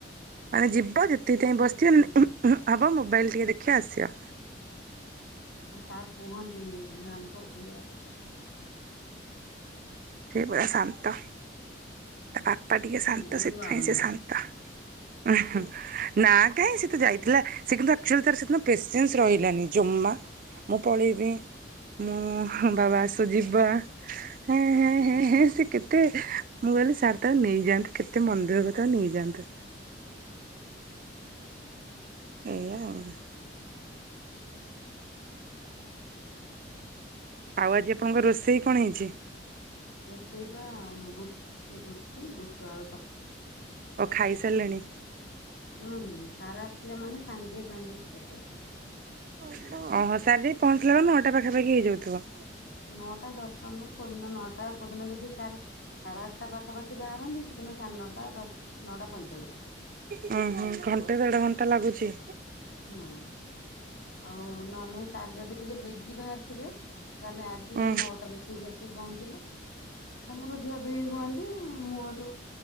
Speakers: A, on the right (about 45°); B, on the left (about 85°).
A: ମାନେ ଯିବ ଯେତିକ ଟାଇମ ବସିଥିବ ମାନେ
B: ହୁଁ।
A: ହବ ମୋବାଇଲ ଟିକେ ଦେଖିବ ଆସିବ।
B: ହଁ ସାର୍ କୁହନ୍ତି ମ୍ୟାଙ୍କ ଝିଅ ଆସିଥିଲେ।
A: ସେ ପରା ଶାନ୍ତ ତା ବାପା ଟିକେ ଶାନ୍ତ
B: ମୋର
A: ସେଥିପାଇଁ
B: ଆଳୁଙ୍ଗା।
A: ସେ ଶାନ୍ତ। ଉ ନା କାହିଁ ସେ ତ ଯାଇଥିଲା। ସେ କିନ୍ତୁ ଆଚ୍ୟୁୟେଲି ତାର ସେଦିନ ପେସେନ୍ସ ରହିଲାନି ଜମା ମୁଁ ପଳେଇବି ମୁଁ ବାବା ଆସୁ ଯିବାଁ। ହେଁ ହେଁ ହେଁ ହେଁ ସେ କେତେ ମୁଁ କହିଲି ସାର୍ ତାକୁ ନେଇଯାଆନ୍ତୁ। କେତେ ମନଦୁଃଖ କରୁଥିବ ନେଇଯାଆନ୍ତୁ। ଏଇଆ ଆଉଁ। ଆଉ ଆଜି ଆପଣଙ୍କର ରୋଷେଇ କଣ ହେଇଛି?
B: ରୋଷେଇ ବା ବୁ ରୁଟି ବୁଟ ଆଳୁ ତରକାରୀ।
A: କଣ ଖାଇ ସାରିଲେଣି?
B: ହୁଁ ହୁଁ ସାରା ଆସିଲେ ମାନେ ସାଙ୍ଗେ ସାଙ୍ଗେ ଖିଆ ପିଆ।
A: ଓ ହୋ ସାର ଯାଇକି ପହଞ୍ଚିଲା ବେଳକୁ ନଅଟା ପାଖାପାଖି ହେଇଯାଉଥିବ।
B: ନଅଟା ଦଶ ପନ୍ଦର କେଉଁଦିନ ନଅଟା କେଉଁଦିନ ଯଦି ସାର୍ ସାଢେ ଆଠଟା ପାଖାପାଖି ବାହାରନ୍ତି ସେଦିନ ସାଢେ ନଅଟା ଦଶ ନଅଟା ପଇଁଚାଳିଶ।
A: ହଁ ହଁ ଘଣ୍ଟେ ଦେଢ ଘଣ୍ଟା ଲାଗୁଛି।
B: ହଁ। ଆଉ ନହେଲେ ନାଇଁ ସାର୍ ଯଦି ଟିକେ ବେଗି ବାହାରିଥିବେ ତାହେଲେ ଆଜି ଏଠିଁ
A: ଉଁ
B: ନଅଟାରେ ଆସି ଏଠିକି ଆସିକି ପହଞ୍ଚିଲେ ତାଙ୍କର ଧୁଆ ଧୁଇ ହୁଅନ୍ତୀ। ମୁଁ ହେଠୁ